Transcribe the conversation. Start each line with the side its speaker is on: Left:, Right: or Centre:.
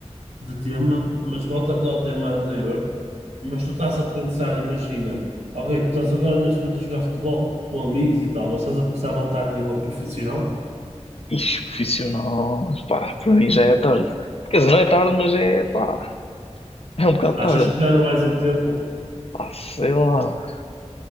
Right: de tema, mas voltando ao tema anterior, mas tu estás a pensar, imagina, ok, tu estás agora neste momento a jogar futebol com amigos e tal, mas estás a pensar em voltar a nível profissional?
Left: Ixi, profissional. Pá, para mim já é tarde. Quer dizer, não é tarde, mas é. Pá, é um bocado tarde.
Right: Achas que já não vais a tempo?
Left: Pá, sei lá.